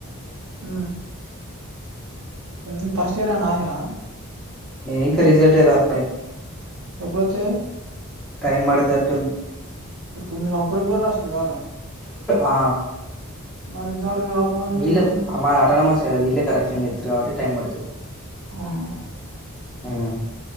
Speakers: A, on the right (about 85°); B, in the centre.
A: ఉ ఉ ఫస్ట్ ఇయర్ ఏమన్న అగినయ
B: ఇంకా రిజల్ట్ రాలే
A: ఎప్పుడు వత్తాయ్
B: టైం పడెతట్టుంది
A: ఊరికే మీరు అప్పుడు ఎప్పుడొ రాసిరు కదా రా
B: ఆ
A: మరి ఇంతవరకు రాకపోవడం ఏంటి
B: వీళ్ళు
A: తెలుసా
B: అమా అటనమా కాద వీళ్లే కరెక్షన్ చెత్తారు కాబట్టి టైమ్ పడతది
A: ఆహా
B: ఊ